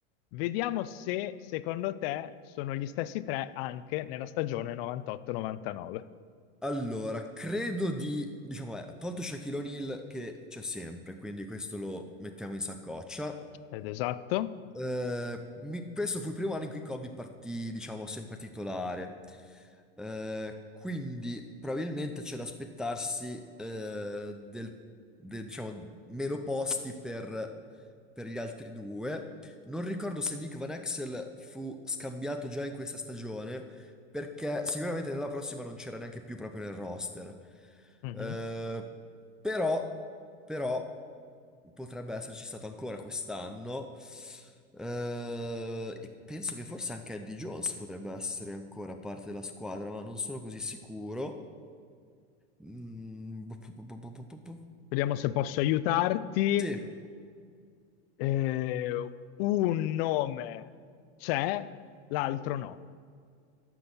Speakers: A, on the left; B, in the centre.
A: Vediamo se secondo te sono gli stessi tre anche nella stagione 98-99.
B: Allora, credo di, diciamo, eh, tolto Shaquille O'Neal che c'è sempre, quindi questo lo mettiamo in saccoccia.
A: Ed esatto.
B: Eh, mi- questo fu il primo anno in cui Kobe partì, diciamo, sempre titolare. Eh, quindi probabilmente c'è da aspettarsi eh, del, de- diciamo, meno posti per, per gli altri due. Non ricordo se Nick Van Exel fu scambiato già in questa stagione, perché sicuramente nella prossima non c'era neanche più proprio nel roster.
A: Mhm.
B: Eh, però, però potrebbe esserci stato ancora quest'anno. Eh, e penso che forse anche Eddie Jones potrebbe essere ancora parte della squadra, ma non sono così sicuro. Mm, bu- bu- bu- bu- bu- bu- bu-
A: Vediamo se posso aiutarti.
B: Sì,
A: Eh, un nome c'è, l'altro no.